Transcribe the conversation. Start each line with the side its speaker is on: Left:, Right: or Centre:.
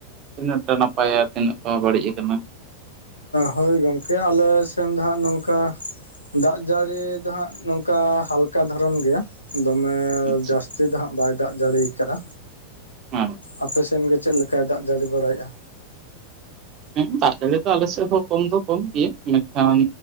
Right: ᱛᱤᱱᱟᱹᱜᱴᱟ ᱱᱟᱯᱟᱭᱟ ᱛᱤᱱᱟᱹᱜ ᱵᱟᱹᱲᱤᱡ ᱟᱠᱟᱱᱟ?
Left: ᱦᱳᱭ ᱜᱚᱝᱠᱮ ᱟᱞᱮ ᱥᱮᱱ ᱫᱚ ᱦᱟᱸᱜ ᱱᱚᱝᱠᱟ ᱫᱟᱜ ᱡᱟᱹᱲᱤ ᱫᱚ ᱦᱟᱸᱜ ᱱᱚᱝᱠᱟ ᱦᱟᱞᱠᱟ ᱫᱷᱚᱨᱚᱱ ᱜᱮᱭᱟ᱾ ᱫᱚᱢᱮ
Right: ᱟᱪᱪᱷᱟ
Left: ᱡᱟᱹᱥᱛᱤ ᱫᱚ ᱦᱟᱸᱜ ᱵᱟᱭ ᱫᱟᱜ ᱡᱟᱹᱲᱤᱭᱟ ᱠᱟᱫᱟ,
Right: ᱦᱮᱸ
Left: ᱟᱯᱮ ᱥᱮᱱ ᱜᱮ ᱪᱮᱫ ᱞᱮᱠᱟᱭ ᱫᱟᱜ ᱡᱟᱹᱲᱤ ᱵᱟᱲᱟᱭᱮᱜᱼᱟ?
Right: ᱦᱮᱸ ᱫᱟᱜ ᱡᱟᱹᱲᱤ ᱫᱚ ᱟᱞ ᱥᱮᱫ ᱦᱚᱸ ᱠᱚᱢ ᱫᱚ ᱠᱚᱢ ᱜᱮᱭᱟ ᱢᱮᱱᱠᱷᱟᱱ